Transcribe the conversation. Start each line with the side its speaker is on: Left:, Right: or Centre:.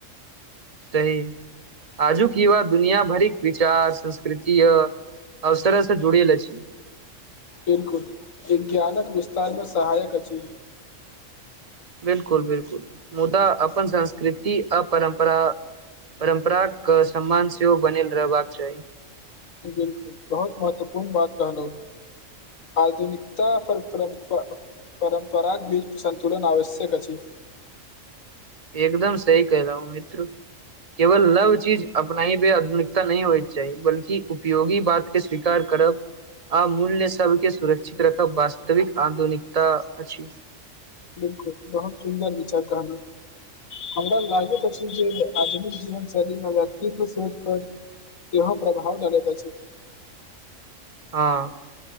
Right: सही आजुक युवा दुनिया भरिक विचार संस्कृति अ- अवसरसँ जुड़ल अछि
Left: बिलकुल विज्ञानक विस्तारमे सहायक अछि।
Right: बिलकुल बिलकुल मुदा अपन संस्कृति आ परम्परा परम्पराके सम्मान सेहो बनल रहबाक चाही।
Left: बिलकुल बहुत महत्वपूर्ण बात कहलहु आधुनिकता पर परम परम्पराक भी संन्तुलन आवश्यक अछि।
Right: एकदम सही कहलौ <unintelligible> मित्र केवल लव चीज अपनायी पे ता नही होयके चाही बल्कि उपयोगी बात के स्वीकार करब आ मूल्य सबके सुरक्षित रखब वास्तविक आधुनिकता अछि।
Left: बिलकुल बहुत सुन्दर विचार कहलहु हमरा लागैत अछि जे आधुनिक जीवन शैली मे व्यक्तित्व सोच पर सेहो प्रभाव डालैत अछि।
Right: हँ